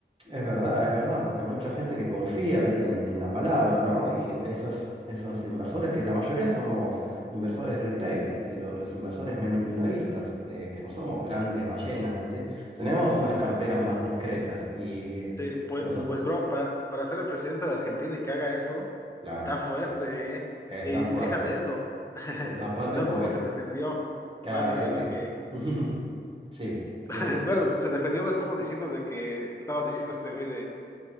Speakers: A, on the right (about 30°); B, on the left (about 15°).
A: Es verdad, es verdad, porque hay mucha gente que confía, viste, en, en la palabra, ¿no? Y esas, esos inversores, que la mayoría somos inversores retail, viste, Lo- los inversores men- minoristas, eh, que no somos grandes ballenas, viste. Tenemos unas carteras más discretas y
B: Sí, pues,
A: nosotros,
B: pues bro, para, para ser el presidente de Argentina y que haga eso,
A: claro,
B: está fuerte, ¿eh?
A: está
B: Y
A: fuerte.
B: deja de eso. <laughs>
A: Está fuerte
B: Sino
A: porque,
B: cómo se defendió,
A: claro,
B: ¿no? Diciendo
A: hay que...
B: que,
A: <laughs> Sí,
B: <laughs>
A: que...
B: bueno, se defendió, ves como diciendo de que estaba diciendo este güey de